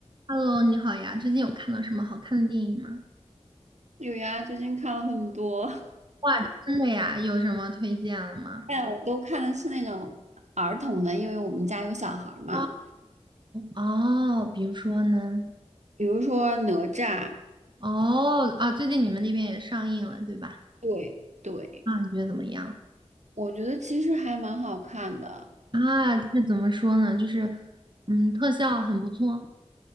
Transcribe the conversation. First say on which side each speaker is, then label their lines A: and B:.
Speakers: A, on the right; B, on the right.
A: Hello，你好呀，最近有看到什么好看的电影吗？
B: 有呀，最近看了很多，<laughs>
A: 哇，真的呀，有什么推荐了吗？
B: 但我都看的是那种儿童的，因为我们家有小孩儿嘛。
A: 哦哦，比如说呢？
B: 比如说哪吒，
A: 哦啊，最近你们那边也上映了，对吧？
B: 对对，
A: 啊，你觉得怎么样？
B: 我觉得其实还蛮好看的。
A: 啊，这怎么说呢？就是嗯，特效很不错。